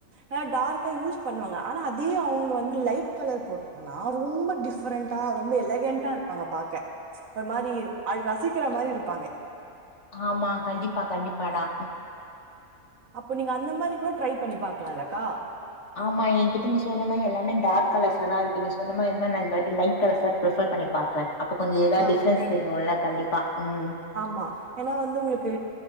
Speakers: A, on the right; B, on the left.
A: நா டார்க்கா யூஸ் பண்ணுவாங்க ஆனா அ தே அவுங்க வந்து லைட் கலர் போட்டாங்கன்னா ரொம்ப டிஃபரெண்டா ரொம்ப எலகெண்டா ருப்பாங்க பாக்க ஒரு மாரி அ ரசிக்கிற மாரி இருப்பாங்க
B: ஆமா கண்டிப்பா கண்டிப்பாடாதா
A: அப்போ நீங்க அந்த மாரி கூட ட்ரை பண்ணி பாக்கலாம்லக்கா?
B: ஆமா என்கிட்ட நீ சொன்ன மே எல்லாமே டார்க் கலர்ஸாதா இருக்கு நீ சொன்ன மாரி இந்மாரி நா இந்த வாட்டி லைட் கலர்சா ப்ரிஃபர் பண்ணி பாக்குறே அப்ப கொஞ்சு எதாத்
A: ஆ.
B: டிஃப்ரன்ஸ் தெரியுலா கண்டிப்பா ம்
A: ஆமா ஏன்னா வந்து உங்குளுக்கு